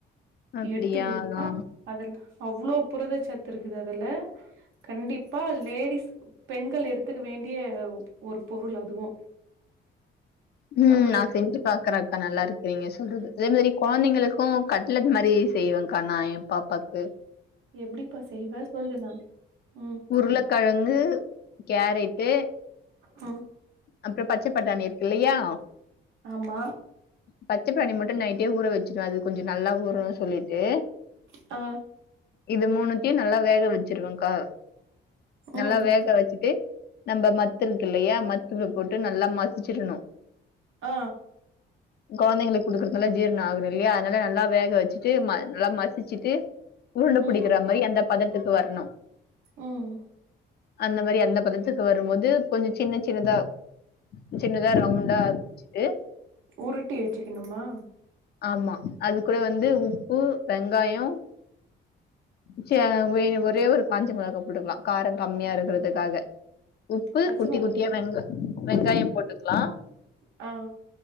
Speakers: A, on the left; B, on the right.
A: அப்டியா
B: எடுத்து குடுத்தா
A: ஆ
B: அதல அவ்ளோ புரத சத்து இருக்குது அதல கண்டிப்பா லேடிஸ் பெண்கள் எடுத்துக்க வேண்டிய ஒரு பொருள் அதுவு
A: ம்
B: நம்மளுக்கு
A: நா செஞ்சு பாக் பக்கறக்கா நல்லா இருக்கு நீங்க சொல்றது அதே மாரி கொழந்தைங்களுக்கு கட்லெட் மாரி செய்வேங்கா நா எயே பாப்பாக் கு
B: எப்டிப்பா செய்வே சொல்லு நானு ம்
A: உருளக்கெழங்கு கேரட்டு
B: ம்
A: அக்க பச்ச பட்டாணி இருக்குல்லையா
B: ஆமா
A: பச்சப்பட்டாணி மட்டு நைட்டே ஊற வெச்சிடுவே அது கொஞ்சோ நல்லா ஊறனுன்னு சொல்லிட்டு
B: ஆ
A: இது மூணுத்தையு நல்லா வேக வெச்சிருவேங்கா நல்லா
B: ம்
A: வேக வெச்சுட்டு நம்ப மத்து இருக்கு இல்லையா மத்துல போட்டு நல்லா மசிச்சிடணு
B: ஆ
A: கொழந்தைங்களுக்கு குடுக்கறதுனால ஜீர்ணோ ஆகணு இல்லையா அதனால நல்லா வேக வெச்சிட்டு ம நல்லா மசிச்சிட்டு உருண்ட
B: ம்
A: புடிக்கிறா மாதிரி அந்த பதத்துக்கு வர்ணு
B: ம்
A: அந்த மாரி அந்த பதத்துக்கு வரும்போது கொஞ்சோ சின்ன சின்னதா சின்னதா ரவுண்டா வெச்சிட்டு
B: உருட்டி வெச்சிக்கணுமா
A: ஆமா அது கூட வந்து உப்பு வெங்காயோ சே வே ஒரே ஒரு காஞ்ச மெளகா போட்டுக்கலா கார கம்மியா இருக்கறதுக்காக உப்பு
B: பச்ச
A: குட்டி
B: மொள
A: குட்டியா வெங்க வெங்காயம் போட்டுக்கலா
B: ஆ